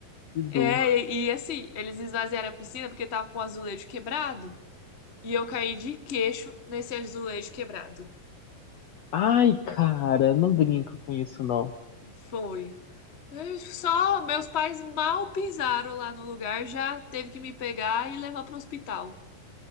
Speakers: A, on the left (about 70°); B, on the left (about 45°).
A: que dor.
B: É, e e, assim, eles esvaziaram a piscina porque tava com o azulejo quebrado. E eu caí de queixo nesse azulejo quebrado.
A: Ai, cara, não brinca com isso, não.
B: Foi. Eu Só meus pais mal pisaram lá no lugar, já teve que me pegar e levar pro hospital.